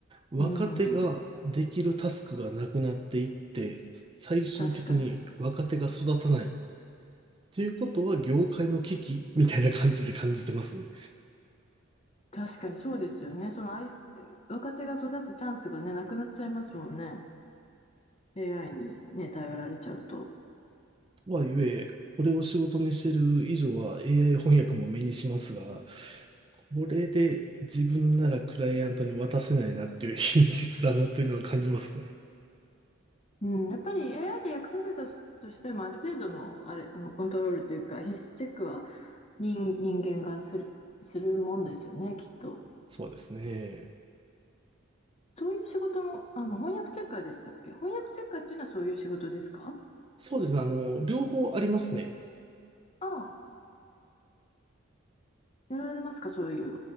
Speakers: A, on the right (about 25°); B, on the left (about 30°).
A: 若手ができるタスクがなくなっていって、
B: うん、
A: 最終的に若手が育たない
B: 確かに。
A: ということは、業界の危機みたいな感じで感じてますね。
B: 確かにそうですよね。そのあい若手が育つチャンスがね、なくなっちゃいますもんね。AI にね、頼られちゃうと。
A: とはいえ、これを仕事にしてる以上は AI 翻訳も目にしますが、これで自分ならクライアントに渡せないなっていう <laughs> 品質だなというのは感じますね。
B: うん、やっぱり AI で訳させたとしとしても、ある程度の、あれ、あのコントロールというか、品質チェックは人、人間がする、するもんですよね、きっと。
A: そうですね。
B: そういう仕事も、あの翻訳チェッカーでしたっけ翻訳チェッカーっていうのはそういう仕事ですか
A: そうですね。あの、両方ありますね。
B: ああ、やられますか、そういう